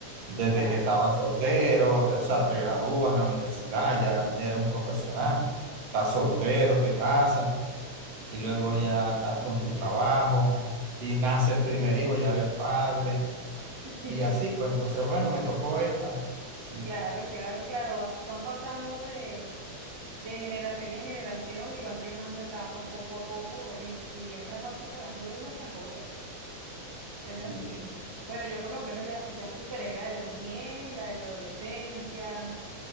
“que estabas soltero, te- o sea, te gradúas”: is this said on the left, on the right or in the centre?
Right